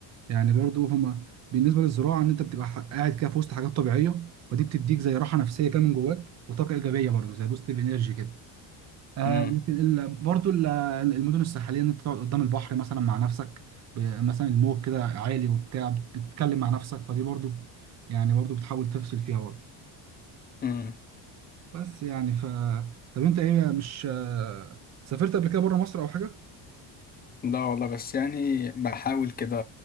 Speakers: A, on the right; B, on the left.
A: يعني برضو هما بالنسبة للزراعة إن أنت بتبقى ح- قاعد كده في وسط حاجات طبيعية ودي بتديك زي راحة نفسية كده من جواك وطاقة إيجابية برضو زي بوستيف إنرجي كده آه
B: امم
A: لكن ال... برضو ال... المدن الساحلية إن أنت تقعد قدام البحر مثلا مع نفسك ب- مثلا الموج كده عالي وبتاع بتتكلم مع نفسك فدي برضو يعني برضو بتحاول تفصل فيها برضو
B: امم
A: بس يعني ف طب أنت إيه مش آه، سافرت قبل كده بره مصر أو حاجة؟
B: لا والله بس يعني بحاول كده